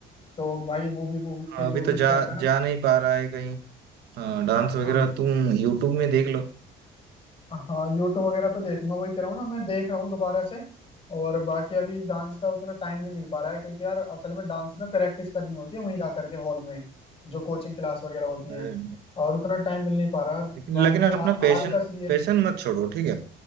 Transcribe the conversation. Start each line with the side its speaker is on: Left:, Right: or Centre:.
Left: तो भाई मूवी मूवी के
Right: हाँ,
Left: जो
Right: अभी तो
Left: भी स्टेप
Right: जा
Left: है ना
Right: जा नहीं पा रहा है कहीं हाँ डांस वगैरह
Left: हाँ
Right: तुम यूट्यूब में देख लो
Left: हाँ यूट्यूब वगैरह पे देखूंगा वही कह रहा हूँ ना मैं देख रहा हूँ दोबारा से और बाकी अभी डांस का उतना टाइम नहीं मिल पा रहा है क्योंकि यार असल में डांस में प्रैक्टिस करनी होती है वहीं जा करके हॉल में जो कोचिंग क्लास वगैरह होती है
Right: अरे
Left: और उतना टाइम मिल नहीं पा रहा
Right: लेकिन
Left: बाकी
Right: लेकिन अपना
Left: आ, आलकस
Right: पैशन
Left: भी है
Right: पैशन मत छोड़ो ठीक है